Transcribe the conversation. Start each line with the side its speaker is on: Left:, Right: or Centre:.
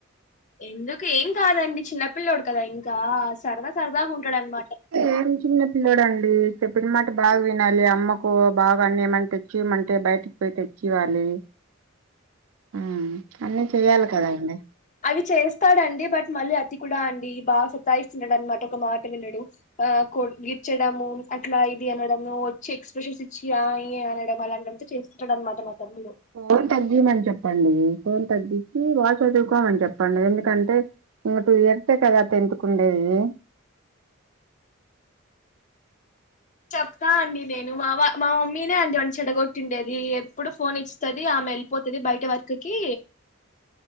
Left: ఎందుకు ఏం కాదండి చిన్నపిల్ల్లోడు కదా ఇంకా సరదా సరదాగా ఉంటాడన్మాట
Right: ఎం చిన్న పిల్లోడండి చెప్పిన మాట బాగా వినాలి అమ్మకు బాగ్ అన్ని ఏమన్ తెచ్చియమంటే బయట్ పోయి తెచ్చి ఇవ్వాలి ఉమ్ అన్నీ చెయ్యాలి కదా అండి
Left: అది చేస్తాడండి బట్ మళ్ళీ అతి కూడా అండి బాగా సతాఇస్తున్నడన్మాట ఒక మాట వినడు ఆ కొ గిచ్చడము అట్లా ఇది అనడము వచ్చి ఎక్స్ప్రెషన్స్ చ్చి అ ఈ అనడం అలాంటింతే చేస్తున్నాడన్మాట మా తమ్ముడు
Right: ఫోన్ తగ్గిమని చెప్పండి ఫోన్ తగ్గించి బాగ్ చదువుకోమని చెప్పండి ఎందుకంటే నువ్ ఇప్పుడు చెప్తే కదా టెంత్ కుండేది
Left: చెప్తా అండి నేను మా వ మా మమ్మీనే అండి మన చెడగొట్టిండేది ఎప్పుడు ఫోన్ ఇస్తది ఆమెల్ పోతది బయట వర్కుకి
Right: <unintelligible> <inaudible>